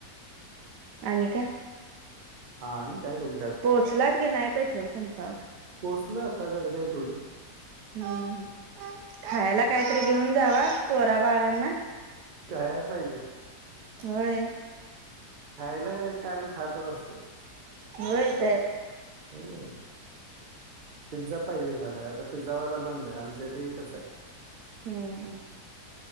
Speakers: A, on the right; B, on the right.
A: आणि काय
B: हा आणि काय तुम
A: पोहोचलात की नाही पेट्रोल पंपावर.
B: पोहचलोय आता. गर्दी आहे थोडी.
A: हम्म, खायला काहीतरी घेऊन जावा, पोरा बाळांना.
B: काया पाहिजे.
A: होय.
B: खायला काय कायम खातंच असतात
A: होय तर
B: हम. पिझ्झा पाहिजे झालांय आता पिझ्झावाला बंद आहे आमच्या इथे एकच हाय.
A: हम्म..